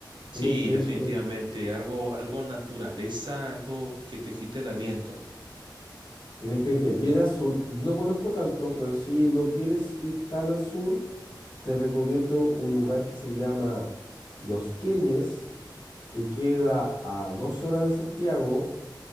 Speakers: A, on the left; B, on the right.
A: tienes
B: Sí,
A: que
B: definitivamente,
A: irte,
B: algo, algo naturaleza, algo que te quite el aliento.
A: tienes que irte bien al sur. No conozco tanto, pero si no quieres ir tan al sur, te recomiendo un lugar que se llama Los Queñes, que queda a dos horas de Santiago.